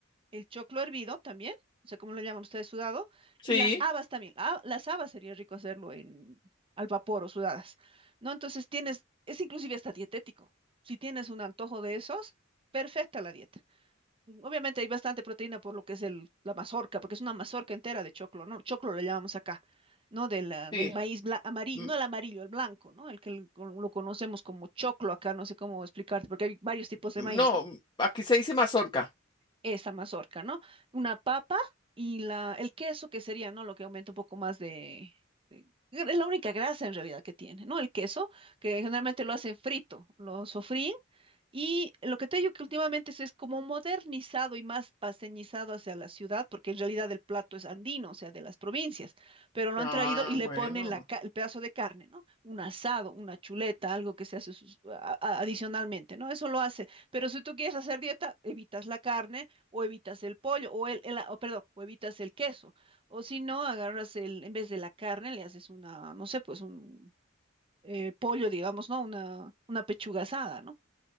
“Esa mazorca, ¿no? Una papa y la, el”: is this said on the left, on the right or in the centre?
Right